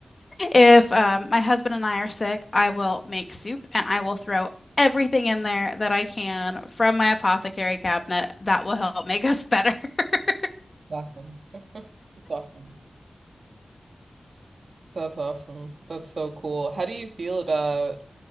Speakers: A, on the left (about 45°); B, on the right (about 75°).
A: If um, my husband and I are sick, I will make soup and I will throw everything in there that I can from my apothecary cabinet. That will help make us better. <laughs>
B: Awesome. That's awesome. That's awesome. That's so cool. How do you feel about